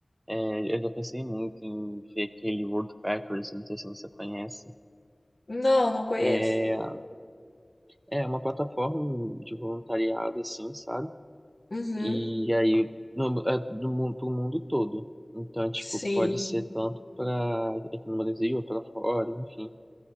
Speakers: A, on the right (about 20°); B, on the left (about 60°).
A: é, eu já pensei muito em ver aquele World Packers, não sei se você conhece.
B: Não, não conheço.
A: É, é uma plataforma de voluntariado, assim, sabe?
B: Uhum,
A: E aí, no, é do mundo, do mundo todo. Então, tipo,
B: sim.
A: pode ser tanto para aqui no Brasil, para fora, enfim.